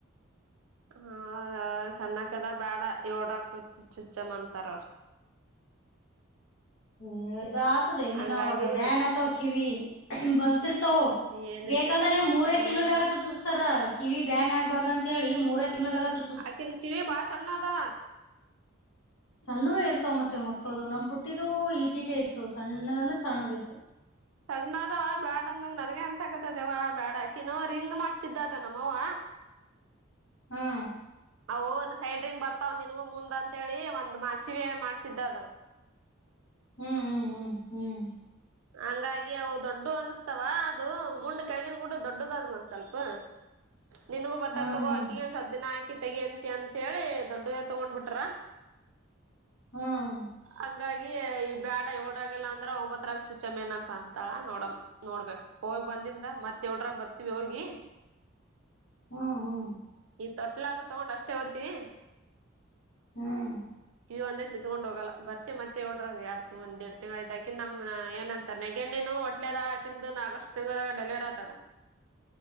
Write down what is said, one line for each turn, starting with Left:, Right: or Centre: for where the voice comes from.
Right: ಹ ಸಣ್ಣಕದಳ್ ಬೇಡ ಯೋಳ್ದಗ್ ಚುಚ್ಚನ ಅಂತದರ್ ಅವ್ರು.
Left: ಏ ಇದ್ ಆತದೆೇ ನೀನ್
Right: ಹಂಗಾಗಿ
Left: ಅವಾಗ ಬ್ಯಾನತವ್ ಕಿವಿ ಬಲ್. ತಿರ್ತಾವ
Right: ಏನೈತಿ
Left: ಬೇಕಾಂತನೆ ಮೂರೇ
Right: ಹ್ಮ್
Left: ತಿಂಗ್ಳುದಾಗ ಚುಚುಸ್ತರ. ಕಿವಿ ಬ್ಯಾನ್ ಆಗ್ಬಾರ್ದಂತೇಳಿ ಮೂರ ತಿಂಗ್ಳುದಾಗ ಚ್ಚು.
Right: ಆಕಿನ್ ಕಿವಿ ಬಾಳ ಸಣ್ಣ ಅದವ.
Left: ಸಣ್ಣವೇ ಇರ್ತವ್ ಮತ್ತೆ ಮಕ್ಳುದು ನಮ್ ಪುಟ್ಟಿದು ಇಟಿಟೇ ಇತ್ತು ಸಣ್ಣುದಂದ್ರೆ ಸಣ್ಣುದಿತ್ತು. <inaudible>
Right: ಸಣ್ಣದ ಬ್ಯಾಡ ಅಂದಂಗ್ ನನ್ಗೆ ಅನ್ಸಾಕತ್ತದವ ಬ್ಯಾಡ ಅಕಿನೋ ರಿಂಗ್ ಮಾಡ್ಸಿದ್ದದ ನಮ್ಮವ.
Left: ಹ್ಮ್.
Right: ಅವು ಸೈಡ್ರಿಂಗ್ ಬರ್ತಾವ್ ನಿನ್ಗೂ ಮುಂದ್ ಅಂತೇಳಿ ಒಂದ್ ಮಸಿವೆ ಮಾಡ್ಸಿದ್ದದ.
Left: ಹ್ಮ್ ಹ್ಮ್ ಹ್ಮ್ ಹ್ಮ್.
Right: ಹಂಗಾಗಿ ಅವು ದೊಡ್ದುವ್ ಅನುಸ್ತಾವ ಅದು ಗುಂಡ್ ಕೆಳಗಿನ್ ಗುಂಡ್ ದೊಡ್ದುದಾದು ಸ್ವಲ್ಪ್.
Left: <inaudible>
Right: ನಿನಗೂ ಬರ್ತವ್
Left: ಹ್ಮ್
Right: ತಗೋ
Left: ಹ್ಮ್
Right: ಅಕಿಗೂ ಒನ್ ಸ್ವಲ್ಪ ದಿನ ಆಕಿ ತೆಗಿ ಅಂತಿ ಅಂತ್ ಹೇಳಿ ದೊಡ್ದುವೆ ತಗೊಂಡ್ಬಿಟ್ರ.
Left: ಹ್ಮ.
Right: ಅಂಗಾಗಿ ಈ ಬ್ಯಾಡ ಏಲ್ಡ್ರಗಿಲ್ಲ ಅಂದ್ರ ಒಂಬತ್ರಾಗ್. ಚುಚಮೇನ್ ಅಂತ ಅಂತಾ ನೋಡಮ್ ನೋಡ್ಬೇಕ್ ಹೋಗ್ ಬಂದಿಂದ ಮತ್ ಯೋಳ್ರಗ್ ಬರ್ತಿವಿ ಹೋಗಿ.
Left: ಹ್ಮ ಹ್ಮ.
Right: ಇಗ್ ತೊಟ್ಲದು ತಗೊಂಡ್ ಅಷ್ಟೇ ಒತೀವಿ.
Left: ಹ್ಮ್.
Right: ಕ್ಯೂ ಒಂದೆ ಚಚ್ಕೊಂಡ್ ಹೋಗಲ್ಲ ಬರ್ತಿವ್ ಮತ್ತೆ ಯೋಳ್ರಗ ಎರಡ್ ತಗೊಂದ್ ಒಂದ್ ಎರಡ್ ತಿಂಗ್ಳ ಇದಾಗ್ ನಮ್ನ ಎನ್. ತನೆಗೆ ನೀನು ಒಟ್ನಗ ಹಾಕಿಂದು ಆಗಸ್ಟ್ ತಿಂಗ್ಳ ದಾಗ ಡೆಲಿವರಿ ಆತದ.